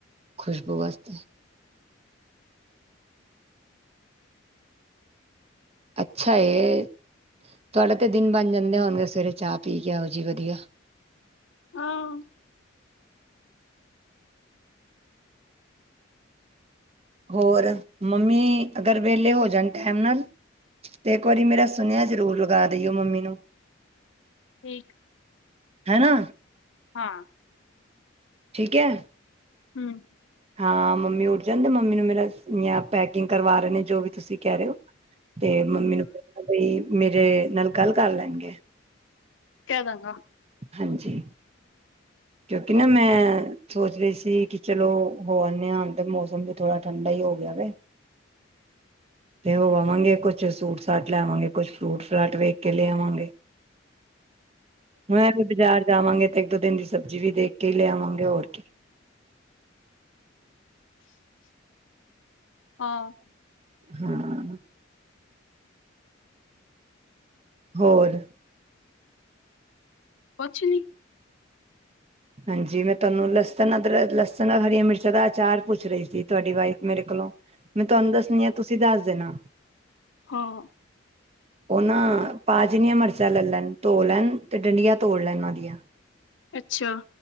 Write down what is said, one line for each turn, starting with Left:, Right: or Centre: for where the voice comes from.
Right: ਖੁਸ਼ਬੂ ਵਾਸਤੇ। ਅੱਛਾ ਏ ਤੁਹਾਡਾ ਤੇ ਦਿਨ ਬਣ ਜਾਂਦੇ ਹੋਣਗੇ ਸਵੇਰੇ ਚਾਹ ਪੀ ਕੇ ਆ ਉਹ ਜੀ ਵਧੀਆ।
Left: ਹਾਂ।
Right: ਹੋਰ ਮੰਮੀ ਅਗਰ ਵਿਹਲੇ ਹੋ ਜਾਣ ਟਾਈਮ ਨਾਲ ਤੇ ਇੱਕ ਵਾਰੀ ਮੇਰਾ ਸੁਨੇਹਾ ਜ਼ਰੂਰ ਲਗਾ ਦੇਈਓ ਮੰਮੀ ਨੂੰ।
Left: ਠੀਕ।
Right: ਹੈ ਨਾ।
Left: ਹਾਂ।
Right: ਠੀਕ ਹੈ।
Left: ਹਮ।
Right: ਹਾਂ ਮੰਮੀ ਉੱਠ ਜਾਣ ਮੰਮੀ ਨੂੰ ਮੇਰਾ ਪੈਕਿੰਗ ਕਰਵਾ ਰਹੇ ਨੇ ਜੋ ਵੀ ਤੁਸੀਂ ਕਹਿ ਰਹੇ ਹੋ ਤੇ ਮੰਮੀ ਨੂੰ ਕਹਿਣਾ ਬਈ ਮੇਰੇ ਨਾਲ ਗੱਲ ਕਰ ਲੈਣਗੇ।
Left: ਕਹਿ ਦਾਂਗਾ।
Right: ਹਾਂਜੀ। ਕਿਉਂਕਿ ਨਾ ਮੈਂ ਸੋਚ ਰਹੀ ਸੀ ਕੀ ਚਲੋ ਹੋ ਆਨੇ ਆ ਤੇ ਮੌਸਮ ਵੀ ਥੋੜ੍ਹਾ ਠੰਢਾ ਹੀ ਹੋ ਗਿਆ ਵੇ ਤੇ ਹੋ ਆਵਾਂਗੇ ਕੁਛ ਸੂਟ ਸਾਟ ਲੈਵਾਂਗੇ ਕੁਛ ਫਰੂਟ ਫਰਾਟ ਵੇਖ ਕੇ ਲੈ ਆਵਾਂਗੇ। ਮੈਂ ਫ ਬਾਜ਼ਾਰ ਜਾਵਾਂਗੇ। ਇੱਕ ਦੋ ਦੀਨ ਦੀ ਸਬਜ਼ੀ ਵੀ ਦੇਖ ਕੇ ਹੀ ਲਿਆਵਾਂਗੇ ਹੋਰ ਕੀ।
Left: ਹਾਂ।
Right: ਹਾਂ। ਹੋਰ
Left: ਕੁਛ ਨੀ।
Right: ਹਾਂਜੀ ਮੈਂ ਤੁਹਾਨੂੰ ਲਸਣ ਅਦਰਕ ਲਸਣ ਹਰੀਆਂ ਮਿਰਚਾਂ ਦਾ ਅਚਾਰ ਪੁੱਛ ਰਹੀ ਸੀ ਤੁਹਾਡੀ ਵਾਈਫ ਮੇਰੇ ਕੋਲੋਂ। ਮੈਂ ਤੁਹਾਨੂੰ ਦੱਸਣੀ ਆ ਤੁਸੀਂ ਦੱਸ ਦੇਣਾ।
Left: ਹਾਂ।
Right: ਉਹ ਨਾ ਪਾ ਜਣੀਆਂ ਮਰਚਾਂ ਲੈ ਲੈਣ ਧੋ ਲੈਣ ਤੇ ਡੰਡੀਆਂ ਤੋੜ ਲੈਣ ਉਹਦੀਆਂ।
Left: ਅੱਛਾ।